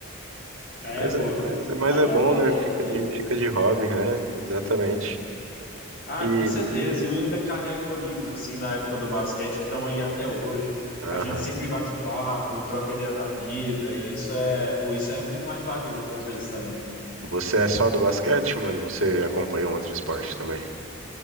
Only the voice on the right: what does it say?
Mas
é, mas, é- mas
é bom,
né?
Fica
de, fica de hobby, né? Exatamente.
E,
aham.
Você é só do basquete, mano? Ou você acompanha um outro esporte também?